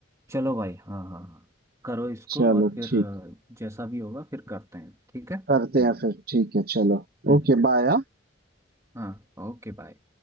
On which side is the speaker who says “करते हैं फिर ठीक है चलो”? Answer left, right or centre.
Right